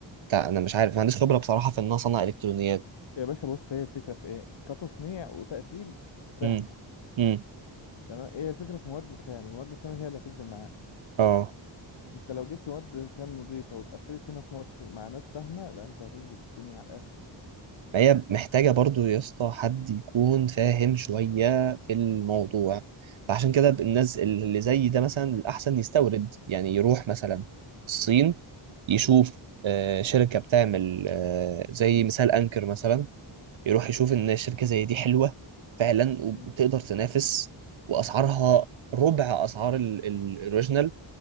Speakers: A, on the right; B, on the left.
A: بتاع أنا مش عارف ما عنديش خبرة بصراحة في إن أنا أصنع إلكترونيات
B: يا باشا بص هي الفكره في ايه كتصنيع وتقفيل سهله
A: امم امم
B: تمام ايه الفكره في مواد الخام المواد الخام هي اللي هتفرق معاك
A: اه
B: انت لو جبت مواد خام نظيفه واتقفلت هنا في مصر مع ناس فاهمه لا انت هتظبط الدنيا على الاخر
A: فهي محتاجة برضو يا اسطى حد يكون فاهم شوية في الموضوع فعشان كده الناس اللي زي ده مثلا الأحسن يستورد يعني يروح مثلا الصين يشوف آه، شركة بتعمل آه، زي مثال أنكر مثلا يروح يشوف إن الشركة زي دي حلوة فعلا
B: مم.
A: وتقدر تنافس وأسعارها ربع أسعار ال- ال- الأوريجينال